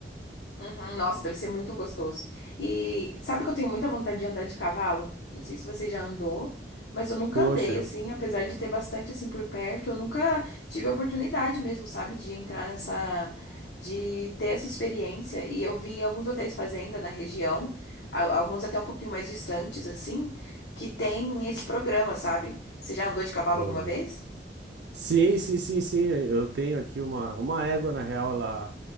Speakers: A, on the left; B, on the right.
A: Uhum, nossa, deve ser muito gostoso. E sabe que eu tenho muita vontade de andar de cavalo? Não sei se você já andou, mas eu nunca
B: Poxa,
A: andei
B: eu-
A: assim, apesar de ter bastante assim por perto, eu nunca tive a oportunidade mesmo, sabe, de entrar nessa, de ter essa experiência. E eu vi alguns hotéis fazenda na região, a- alguns até um pouquinho mais distantes assim, que tem esse programa, sabe? Você já andou de cavalo
B: hum.
A: alguma vez?
B: Sim, sim, sim, sim, eu tenho aqui uma, uma égua, na real, ela,